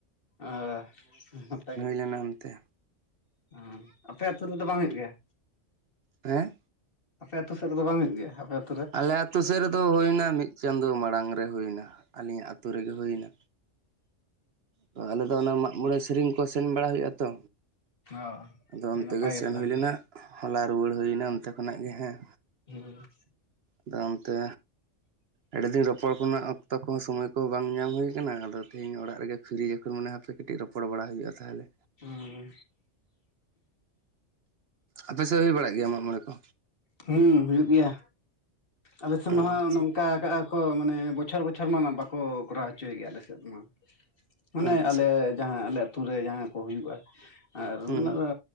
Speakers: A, on the left; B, on the right.
A: ᱟᱨ ᱱᱟᱯᱟᱭ <inaudible>
B: ᱞᱮᱱᱟ ᱚᱱᱛᱮ
A: ᱦᱮᱸ ᱟᱯᱮ ᱟᱹᱛᱩ ᱨᱮᱫᱚ ᱵᱟᱝ ᱦᱩᱭᱩᱜ ᱜᱮᱭᱟ?
B: ᱦᱮᱸ
A: ᱟᱯᱮ ᱟᱹᱛᱩᱳ ᱥᱮᱫ ᱨᱮᱫᱚ ᱵᱟᱝ ᱦᱩᱭᱩᱜ ᱜᱮᱭᱟ ᱟᱯᱮ <inaudible>
B: ᱟᱞᱮ ᱟᱹᱛᱩ ᱥᱮᱫ ᱨᱮᱫᱚ ᱦᱩᱭᱱᱟ ᱢᱤᱫ ᱪᱟᱸᱫᱚ ᱢᱟᱲᱟᱝ ᱨᱮ ᱦᱩᱭᱱᱟ ᱟᱹᱞᱤᱧᱟᱜ ᱟᱹᱛᱩᱳ ᱨᱮᱜᱮ ᱦᱩᱭᱱᱟ ᱛᱚ ᱟᱞᱮ ᱫᱚ ᱚᱱᱟ ᱢᱟᱜᱢᱚᱬᱮ ᱥᱮᱨᱮᱧ ᱠᱚ ᱥᱮᱱ ᱵᱟᱲᱟ ᱦᱩᱭᱩᱜ ᱟ ᱛᱚ
A: ᱚ
B: ᱟᱫᱚ
A: ᱟᱹᱰᱤ
B: ᱚᱱᱛᱮ
A: ᱱᱟᱯᱟᱭ
B: ᱜᱮ ᱥᱮᱱ
A: ᱛᱟᱦᱚᱞᱮ
B: ᱦᱩᱭ ᱞᱮᱱᱟ ᱦᱚᱞᱟ ᱨᱩᱣᱟᱹᱲ ᱦᱩᱭᱮᱱᱟ ᱚᱱᱛᱮ ᱠᱷᱚᱱᱟᱜ ᱜᱮ ᱦᱮᱸ
A: ᱦᱮᱸ
B: ᱟᱫᱚ ᱚᱱᱛᱮ ᱟᱹᱰᱤ ᱫᱤᱱ ᱨᱚᱯᱚᱲ ᱠᱷᱚᱱᱟᱜ ᱚᱠᱛᱚ ᱠᱚᱦᱚᱸ ᱥᱚᱢᱚᱭᱭᱦ ᱵᱟᱝ ᱧᱟᱢ ᱦᱩᱭᱩᱭᱟᱟᱱᱟ ᱟᱫᱚ ᱛᱮᱦᱮᱧ ᱚᱲᱟᱜ ᱨᱮᱜᱮ ᱯᱷᱤᱨᱭᱟᱹ ᱠᱷᱚᱱ ᱢᱮᱱᱮ ᱦᱟᱯᱮ ᱠᱟᱹᱴᱤᱡ ᱨᱚᱯᱚᱲ ᱵᱟᱲᱟ ᱦᱩᱭᱩᱜᱼᱟ ᱛᱟᱦᱞᱮ
A: ᱦᱩᱸ
B: ᱟᱯᱮ ᱥᱮᱫ ᱦᱩᱭ ᱵᱟᱲᱟᱜ ᱜᱮᱭᱟ ᱢᱟᱜ ᱢᱚᱬᱮ ᱠᱚ
A: ᱦᱮᱸ ᱦᱩᱭᱩᱜ ᱜᱮᱭᱟ ᱟᱞᱮᱥᱮᱱ
B: ᱟᱪᱪᱷᱟ
A: ᱢᱟᱦᱜ ᱱᱚᱝᱠᱟ ᱠᱟᱜ <inaudible> ᱢᱟᱱᱮ ᱵᱚᱪᱷᱚᱨ ᱵᱚᱪᱷᱚᱨ ᱢᱟ ᱵᱟᱠᱚ ᱠᱚᱨᱟᱣ ᱦᱚᱪᱚᱭ ᱜᱮᱭᱟ ᱟᱞᱮ ᱥᱮᱫ ᱢᱟ ᱢᱟᱱᱮ
B: ᱟᱪᱪᱷᱟ
A: ᱟᱞᱮ ᱡᱟᱦᱟᱸ ᱟᱞᱮ ᱟᱛ ᱨᱮ ᱡᱟᱦᱟᱸ ᱠᱚ ᱦᱩᱭᱩᱜᱼᱟ ᱟᱨ
B: ᱦᱩᱸ
A: ᱚᱱᱟ ᱫᱚ